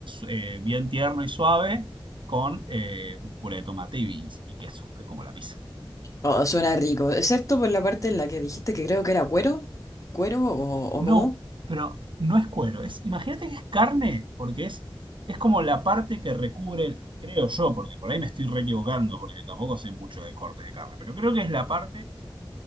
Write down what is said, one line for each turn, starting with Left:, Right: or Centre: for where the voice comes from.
Right: eh, bien tierno y suave con eh, puré de tomate y, y queso, que es como la pizza.
Left: Oh, suena rico, excepto por la parte en la que dijiste que creo que era cuero, cuero o, o
Right: No,
Left: cómo.
Right: pero no es cuero, es, imagínate que es carne, porque es, es como la parte que recubre, creo yo, porque por ahí me estoy re equivocando, porque tampoco sé mucho de cortes de carne, pero creo que es la parte